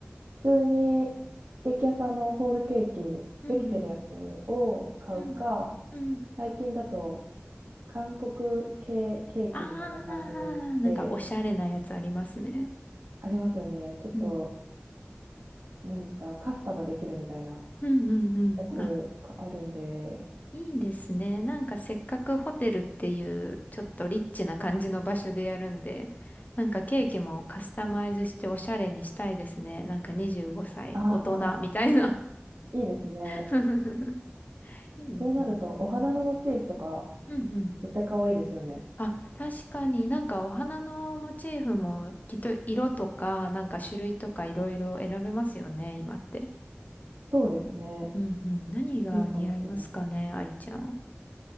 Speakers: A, on the right; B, on the left.
A: 普通にケーキ屋さんのホールケーキできてるやつを買うか、
B: うん。うん。うん。
A: 最近だと韓国系ケーキみたいな感じ
B: ああ、なんかおしゃれなやつありますね。
A: でありますよね。ちょっと、
B: うん。
A: 何ですか、カスタムできるみたいな
B: うんうんうん。
A: やつとかあるんで、
B: あ、いいですね。なんかせっかくホテルっていうちょっとリッチな感じの場所でやるんで、なんかケーキもカスタマイズしておしゃれにしたいですね。なんか25歳大人みたいな。
A: ああ、いいですね。
B: <laughs> いいですね。
A: そうなると、お花のモチーフとか
B: うんうん。
A: 絶対可愛いですよね。
B: あ、確かになんかお花のモチーフもきっと色とかなんか種類とかいろいろ選べますよね、今って。
A: そうですね。
B: うんうん。何が似合いますかね、
A: いいかもしれない。
B: 愛ちゃん。